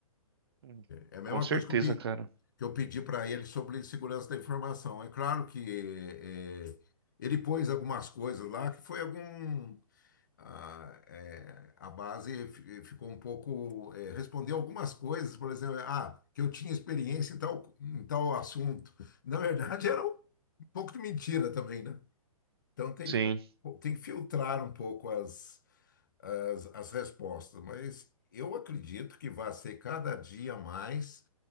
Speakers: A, on the right; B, on the left.
A: Hum,
B: É é a mesma
A: Com certeza,
B: coisa que eu pe-
A: cara.
B: que eu pedi para ele sobre segurança da informação. É claro que é, é, ele pôs algumas coisas lá que foi algum, a, é, a base fi- ficou um pouco, é, respondeu algumas coisas, por exemplo, ah, que eu tinha experiência em tal, em tal assunto. Na verdade, era um pouco de mentira também, né? Então tem
A: Sim.
B: que, tem que filtrar um pouco as, as, as respostas, mas eu acredito que vai ser cada dia mais.